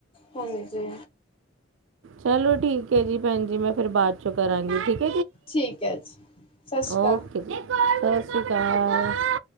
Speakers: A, on the left; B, on the right.
A: ਹਾਂਜੀ।
B: ਚਲੋ ਠੀਕ ਐ ਜੀ, ਭੈਣ ਜੀ ਮੈਂ ਫੇਰ ਬਾਦ ਚੋਂ ਕਰਾਂਗੀ ਠੀਕ
A: ਠੀਕ ਹੈ ਜੀ ਸਤਿ ਸ਼੍ਰੀ ਅਕਾਲ
B: ਓਕੇ ਜੀ, ਸਤਿ ਸ਼੍ਰੀ ਕਾਲ।
A: ਓਕੇ।